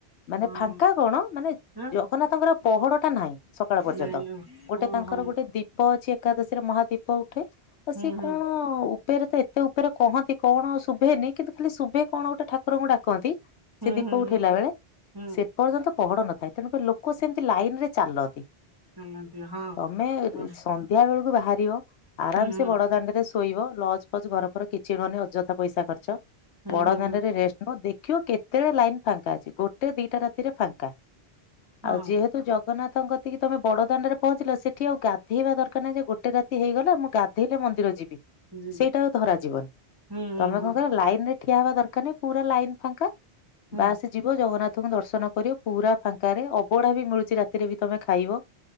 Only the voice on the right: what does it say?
ହଁ
ହଁ
ହଁ
ନାଇଁ
ଓହୋ
ହୁଁ
ହୁଁ
ହୁଁ
ହୁଁ
ହୁଁ
ହୁଁ
ଚାଲନ୍ତି ହଁ
ହଁ
ହୁଁ ହୁଁ
ହୁଁ
ହୁଁ
ହୁଁ
ହଁ
ଯିବି
ହୁଁ ହୁଁ
ହୁଁ
ହୁଁ